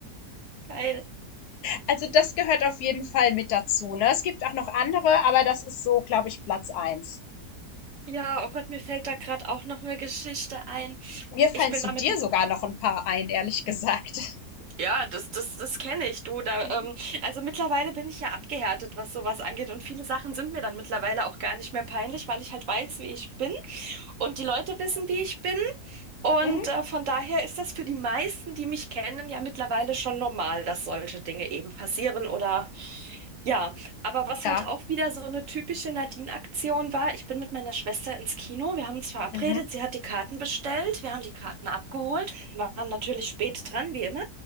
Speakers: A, on the right; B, on the left.
A: Geil.
B: Also das gehört auf jeden Fall mit dazu, ne? Es gibt auch noch andere, aber das ist so, glaube ich, Platz eins.
A: Ja, oh Gott, mir fällt da gerade auch noch eine Geschichte ein.
B: Mir fallen
A: Ich bin
B: zu
A: damit.
B: dir sogar noch ein paar ein, ehrlich gesagt. <laughs>
A: Ja, das, das, das kenne ich, du. Da,
B: Mhm.
A: ähm, also mittlerweile bin ich ja abgehärtet, was sowas angeht. Und viele Sachen sind mir dann mittlerweile auch gar nicht mehr peinlich, weil ich halt weiß, wie ich bin. Und die Leute wissen, wie ich bin. Und
B: Mhm.
A: äh, von daher ist das für die meisten, die mich kennen, ja mittlerweile schon normal, dass solche Dinge eben passieren oder Ja, aber was
B: Ja.
A: halt auch wieder so eine typische Nadine-Aktion war, ich bin mit meiner Schwester ins Kino, wir haben uns verabredet,
B: Mhm.
A: sie hat die Karten bestellt, wir haben die Karten abgeholt, waren natürlich spät dran, wie immer.